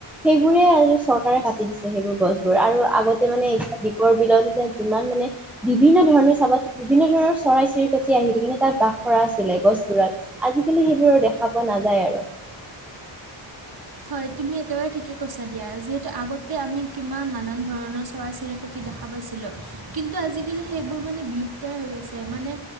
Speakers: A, in the centre; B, on the right.
A: সেইবোৰে আৰু চৰকাৰে কাটি দিছে সেইবোৰ গছ বোৰ আৰু আগতে মানে এতিয়া দ্বীপৰ বিলত এতিয়া যিমান মানে বিভিন্ন ধৰণে চাবা বিভিন্ন ধৰণৰ চৰাই চিৰিকটি আহি থাকে কিন্তু তাত বাস কৰা আছিলে গছবোৰত। আজিকালি সেইবোৰ দেখা পোৱা নাযায় আৰু। <unintelligible>
B: হয় তুমি একেবাৰে ঠিকে কৈছা দিয়া। যিহেতু আগতে আমি কিমান নানান ধৰণৰ চৰাই চিৰিকতি দেখা পাইছিলোঁ কিন্তু আজিকালি সেইবোৰ মানে বিলুপ্তই হৈ গৈছে। মানে